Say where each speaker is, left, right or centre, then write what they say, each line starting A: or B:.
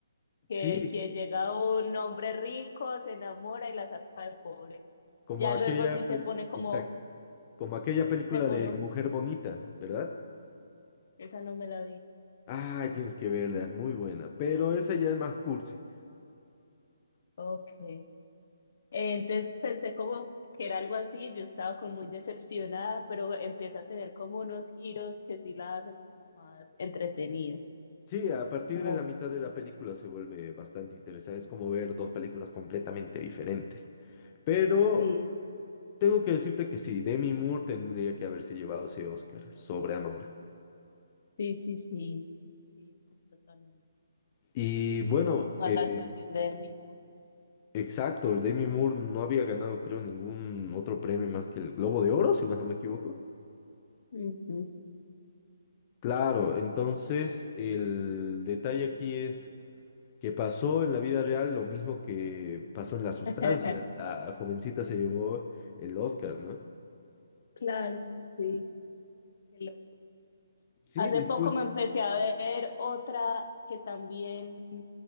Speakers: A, on the left (about 30°); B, on the left (about 55°).
A: Sí,
B: que, que llega un hombre rico, se enamora y la saca de pobre.
A: como
B: Ya
A: aquella,
B: luego sí se
A: pel-
B: pone como,
A: exacto, como aquella película
B: se pone
A: de
B: un-
A: Mujer Bonita, ¿verdad?
B: esa no me la vi.
A: Ay, tienes que verla, es muy buena, pero esa ya es más cursi.
B: Ok. Eh, Entonces pensé como que era algo así, yo estaba como muy decepcionada, pero empieza a tener como unos giros que sí la hacen como más entretenida.
A: Sí, a partir
B: Como,
A: de la mitad de la película se vuelve bastante interesante, es como ver dos películas completamente diferentes. Pero
B: sí,
A: tengo que decirte que sí, Demi Moore tendría que haberse llevado ese Oscar sobre Anora.
B: sí, sí, sí, sí, sí, totalmente.
A: Y
B: Me gustó
A: bueno,
B: mucho más
A: eh,
B: la actuación de Demi Moore.
A: exacto, Demi Moore no había ganado, creo, ningún otro premio más que el Globo de Oro, si más no me equivoco.
B: Ujú,
A: Claro, entonces
B: sí.
A: el detalle aquí es que pasó en la vida real lo mismo que pasó en La Sustancia.
B: <laughs>
A: La jovencita se llevó el Oscar, ¿no?
B: Claro, sí, qué loco.
A: Sí,
B: Hace
A: después
B: poco me empecé a ver otra que también,